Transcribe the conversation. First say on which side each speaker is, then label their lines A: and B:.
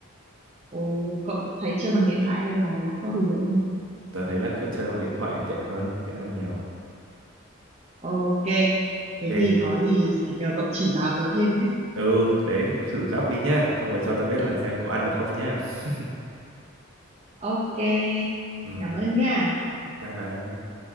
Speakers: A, on the right; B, on the right.
A: ồ cậu thấy chơi bằng điện thoại hay là laptop thì dễ hơn
B: tớ thấy là kiểu chơi bằng điện thoại thì tiện hơn tiện hơn nhiều
A: ok
B: ok
A: thế thì có gì phải nhờ cậu chỉ giáo tớ thêm đấy
B: ừ đấy thử gấp đi nhá xong rồi cho tao biết là xem có ăn được không nhá <laughs>
A: ok
B: ừ
A: cảm ơn nha
B: bye bye